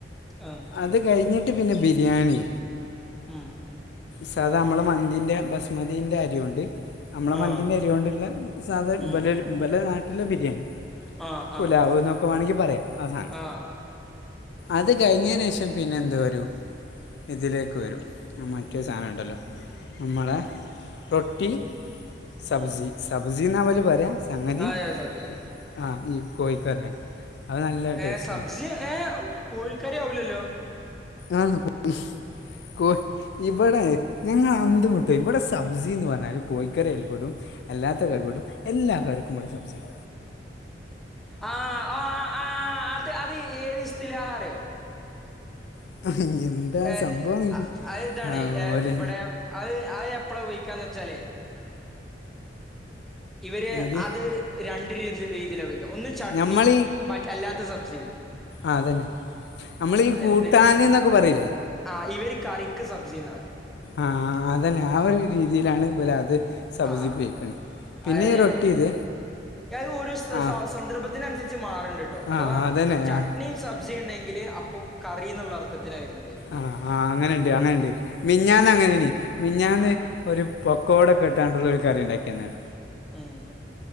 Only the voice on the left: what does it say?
അത് കഴിഞ്ഞിട്ട് പിന്നെ ബിരിയാണി.
സാധ നമ്മള് മന്തിൻ്റെ ബസ്മതീന്റെ അരി കൊണ്ട്. അമ്മളെ
മന്തിൻ്റെ അരിയോണ്ടുള്ള സാധാ
ഇവരെ നാട്ടിലെ ബിരിയാണി.
പുലാവ്
എന്നൊക്കെ വേണൊങ്കി പറയാ ആ സാധനം.
അത് കഴിഞ്ഞെനു ശേഷം പിന്നെ പിന്നെ എന്ത് വരും ഇതിലേക്ക് വരും മറ്റേ സാനധയിണ്ടല്ലോ നമ്മളെ - റൊട്ടി സബ്സി
സബ്സീന്നാ അവര് പറയാ സംഗതി-
ആ ഈ കോഴിക്കറിയാ അത് നല്ല ടേസ്റ്റ്
ഒണ്ട്
ആഹ് ഹാ കോഴി - ഇവടെ ഞങ്ങള് അന്തം വിട്ടു പോയി ഇവടെ സബ്‌സീന്ന് പറഞ്ഞാ കോഴികറി അയ്ല് പെടും. അല്ലാത്ത കറികളും എല്ലാ കറിക്കും ഇവിടെ സബ്സിയാ
<unintelligible>
സംഭവം നിങ്ങൾക്ക്
ആ
ഓലെ
ഒരു
നമ്മൾ
ആഹ് അതെന്നെ അമ്മളീ കൂട്ടാന്ന്നൊക്കെ
പറയൂലേ
ആ അതന്നെ ആ ഒരു രീതിയിലാണ് ഇവിടെ അത് സബ്ജി
ഉപയോഗിക്കണേ പിന്നെ
ഈ റൊട്ടി ഇത്
ആ
ആ
അതന്നെ
ആ
ആഹ് ആഹ് അങ്ങനെയുണ്ട് അങ്ങനെയുണ്ട്, മിഞ്ഞാന്ന് അങ്ങനെയാണ് മിഞ്ഞാന്ന്
ഒരു പൊക്കോവടയൊക്കെ ഇട്ടാട്ടുള്ളൊ ഒരു കറി ഉണ്ടാക്കിയന്നാണ്.